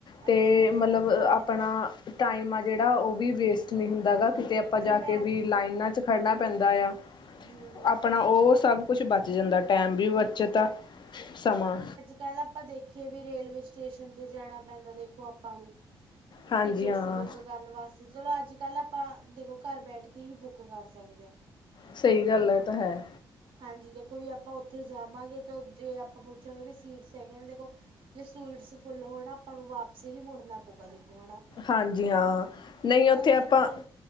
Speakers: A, on the left; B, on the right.
A: ਤੇ,
B: ਅੱਛਾ ਅੱਛਾ
A: ਮਤਲਬ
B: ਹਾਂਜੀ ਹਾਂ
A: ਆਪਣਾ,
B: ਦੇਖੋ
A: ਟਾਈਮ ਆ ਜਿਹੜਾ ਉਹ ਵੀ ਵੇਸਟ ਨਹੀਂ ਹੁੰਦਾ
B: ਹਾਂਜੀ
A: ਗਾ
B: ਹਾਂ।
A: ਕਿਤੇ ਆਪਾਂ
B: ਜਿਵੇਂ
A: ਜਾ ਕੇ ਵੀ ਲਾਈਨਾਂ ਚ' ਖੜ੍ਹਨਾ ਪੈਂਦਾ ਆ।
B: ਹੂ-ਹੂ
A: ਆਪਣਾ ਉਹ ਸਭ ਕੁਛ ਬਚ ਜਾਂਦਾ, ਟਾਈਮ ਵੀ ਬੱਚਤ ਆ ਸਮਾਂ।
B: ਪਹਿਲਾ ਆਪਾਂ ਦੇਖੀਏ ਵੀ ਰੇਲਵੇ ਸਟੇਸ਼ਨ ਤੇ ਜਾਣਾ ਪੈਂਦਾ ਦੇਖੋ ਆਪਾਂ ਨੂੰ।
A: ਹਾਂਜੀ
B: ਟਿਕਟਸ
A: ਹਾਂ
B: ਬੁੱਕ ਕਰਨ ਵਾਸਤੇ। ਚਲੋ ਅੱਜ ਕੱਲ੍ਹ ਆਪਾਂ ਦੇਖੋ, ਘਰ ਬੈਠ ਕੇ ਹੀ ਬੁੱਕ ਕਰ ਸਕਦੇ ਹਾਂ।
A: ਸਹੀ ਗੱਲ ਹੈ ਇਹ ਤਾਂ ਹੈ।
B: ਹਾਂਜੀ ਦੇਖੋ ਵੀ ਆਪਾਂ ਉੱਥੇ ਜਾਵਾਂਗੇ ਤੇ ਜੇ ਆਪਾਂ ਪੁੱਛਾਂਗੇ ਵੀ ਸੀਟਸ ਹੈਗੇ ਨੇ ਦੇਖੋ ਜੇ ਸੀਟਸ ਫੁੱਲ ਹੋਣ ਆਪਾਂ ਨੂੰ ਵਾਪਸ ਹੀ ਮੁੜਨਾ ਪਊਗਾ ਦੇਖੋ ਹਨਾ।
A: ਹਾਂਜੀ ਹਾਂ। ਨਹੀਂ ਉੱਥੇ ਆਪਾਂ
B: ਦੇਖਿਆ